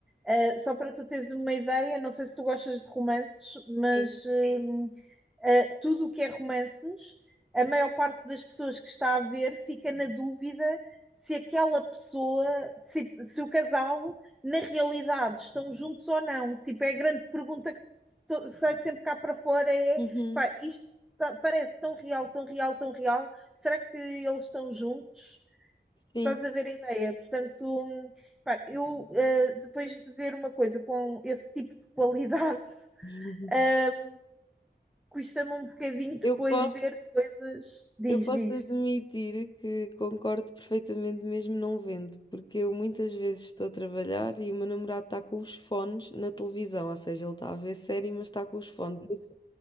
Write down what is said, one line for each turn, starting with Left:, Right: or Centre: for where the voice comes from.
Centre: Uh, só para tu teres uma ideia, não sei se tu gostas de romances, mas
Left: Sim.
Centre: Sim uh, tudo o que é romances, a maior parte das pessoas que está a ver fica na dúvida se aquela pessoa, se, se o casal, na realidade, estão juntos ou não. Tipo, é a grande pergunta que sai sempre cá para fora é,
Left: Uhum,
Centre: pá, isto tá, parece tão real, tão real, tão real. Será que eles estão juntos?
Left: sim.
Centre: Estás a ver a ideia? Portanto, hum, pá, eu uh, depois de ver uma coisa com esse tipo de qualidade, <laughs>
Left: <laughs>
Centre: uh, custa-me um bocadinho depois
Left: Eu posso.
Centre: ver coisas. Diz,
Left: Eu posso
Centre: diz.
Left: admitir que concordo perfeitamente, mesmo não vendo, porque eu muitas vezes estou a trabalhar e o meu namorado está com os fones na televisão, ou seja, ele está a ver série, mas está com os fones. Eu só-